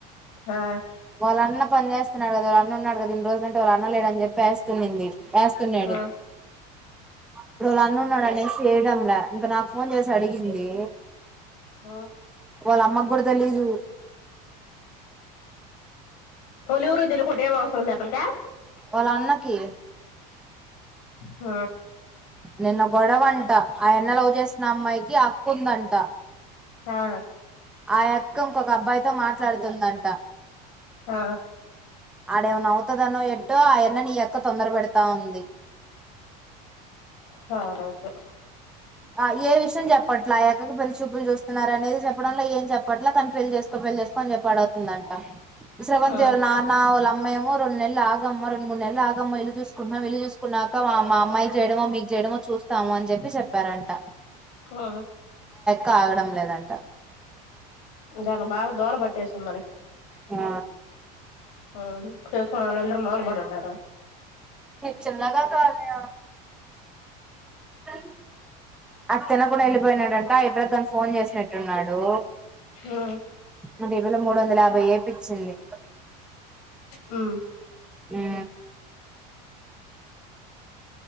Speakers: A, on the left (about 80°); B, in the centre.
A: ఆ
B: వాళ్ళన్న పని చేస్తున్నాడుదా వాళ్ళ అన్నున్నాడు కదా ఇ రజులంటే వాళ్ళ అన్న లేడని చెప్పేస్త ది వేస్తున్నాడు
A: ఆ
B: ఇప్పుడు వాళ అన్నున్నాడు అనేసి వయడంలా ఇంక నాకు ఫోన్ చేసి అడిగింది
A: ఆ
B: వాళ్ళ అమ్మ కూడా దలీజ
A: పలివురు ఇలు కుట్టే అవసర మేక్కలక
B: వాళ్ళ అన్నకి
A: హ
B: నిన్న గొడవంట ఆ ఎన్న వ్ చేసిన అమ్మాయికి కొంట
A: ఆ
B: ఆయా త ఒక అబ్బాయితో మాట్లాడుతుందంట
A: ఆ
B: ఆడేమన్న అవుతదన్నో ఎట్టో ఆ యన్న నీ క్క తొందర పెెడతా ఉంది
A: సరే అయితే
B: ఆ ఏ విషయం చెప్పట్లే ఆ క్కకి పెళ్లిి చూపులు చూస్తున్నారనేది చెప్పడంలే ఏం చెప్పట్లే కానీ పెళ్లిి చేసుకో పెళ్ళి చేసుకో అని చెప్పి అడుగుతుందంట శ్రవంతి
A: ఆ
B: వాళ్ళ నానా వాల్ అమే ఏమో రెండు నెళ్ళు ఆగమ్మ రెండ్ మూడు నెల్లు ఆగమ్మ ఇల్లు చూస్ కుటున్నం ఇల్లు చూసుకున్నాక మా అమ్మాయికి చేయడం మిక్ మీమో చూస్తాము అని చెప్పి చెప్పారంట
A: ఆ
B: కాగడం లేదంట
A: దాని బాగా దూల పట్టేస్తుంది లే
B: ఆ
A: ఆ చెసుకూన్నోళ్ళందరు ములబడుండారు
B: నిక్ చిన్న గా కాల్ నే అ అటు తినకుండా వెళ్ళిపోయినాడంట ఇప్పుడే తాను ఫోన్ చేసినట్టున్నాడు
A: ఆ
B: మరి ఇవేళ మూడు వందల యాభై వేపిచ్చింది
A: హు
B: ఆ